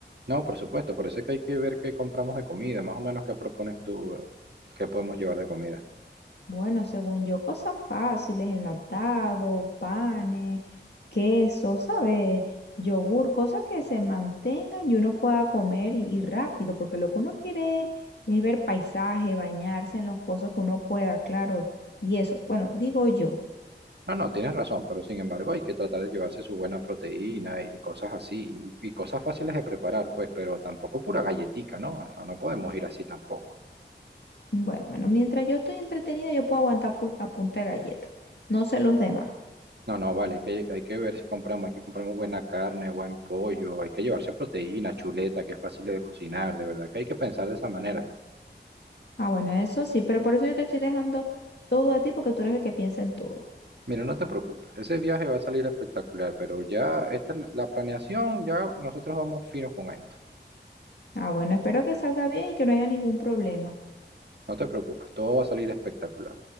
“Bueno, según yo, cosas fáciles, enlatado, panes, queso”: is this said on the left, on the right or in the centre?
Left